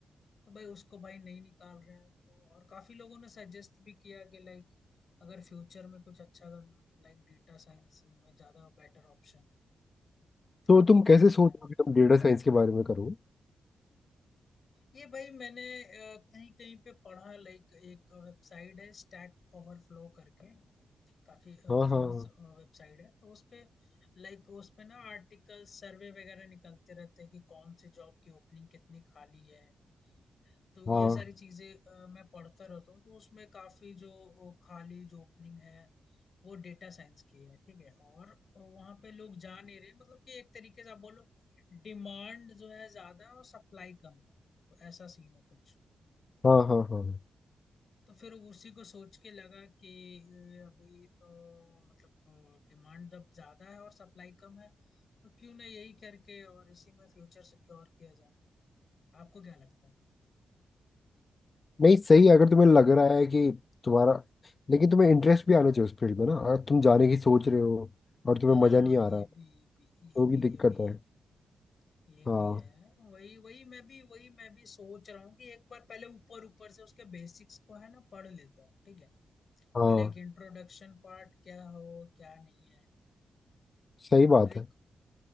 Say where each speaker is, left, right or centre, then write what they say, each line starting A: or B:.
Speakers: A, on the left; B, on the left.
A: तो भाई उसको भाई नहीं निकाल रहे हैं तो और काफी लोगों ने सजेस्ट भी किया कि लाइक अगर फ्यूचर में कुछ अच्छा करना है तो लाइक डेटा साइंस में ज्यादा बेटर ऑप्शन
B: तो
A: है आपको
B: तुम कैसे
A: क्या लगता
B: सोच रहे
A: है
B: हो कि तुम डेटा साइंस के बारे में करो
A: ये भाई मैंने अ, कहीं कहीं पे पढ़ा लाइक एक वेबसाइट है स्टैक ओवरफ्लो करके काफी
B: हाँ
A: फेमस
B: हाँ
A: वेबसाइट है तो उसपे लाइक उसपे ना आर्टिकल सर्वे वगैरह निकलते रहते हैं कि कौन से जॉब की ओपनिंग कितनी खाली है तो
B: हाँ
A: ये सारी
B: हाँ
A: चीजें अ, मैं पढ़ता रहता हूँ तो उसमें काफी जो वो खाली जो ओपनिंग है वो डेटा साइंस की है ठीक है और वहां पे लोग जा नहीं रहे मतलब कि एक तरीके से आप बोलो डिमांड जो है ज्यादा और सप्लाई कम है तो ऐसा सीन है कुछ
B: हाँ हाँ हाँ हाँ
A: तो फिर उसी को सोच के लगा कि ये अभी तो मतलब डिमांड जब ज्यादा है और सप्लाई कम है तो क्यों ना यही करके और इसी में फ्यूचर सिक्योर किया जाए आपको क्या लगता है
B: नहीं सही है, अगर तुम्हें लग रहा है कि तुम्हारा लेकिन तुम्हें इंटरेस्ट भी आना चाहिए उस फील्ड में ना अगर तुम जाने की सोच रहे हो और तुम्हें
A: हाँ
B: मजा
A: हाँ
B: नहीं आ
A: ये
B: रहा है
A: भी भी
B: तो
A: ये
B: भी
A: भी
B: दिक्कत
A: ये भी
B: है
A: है ये
B: हाँ
A: भी है वही वही मैं भी वही मैं भी सोच रहा हूँ कि एक बार पहले ऊपर ऊपर से उसके बेसिक्स को है ना पढ़ लेता हूँ ठीक है
B: हाँ
A: कि लाइक इंट्रोडक्शन पार्ट क्या हो क्या नहीं है
B: सही बात
A: लाइक
B: है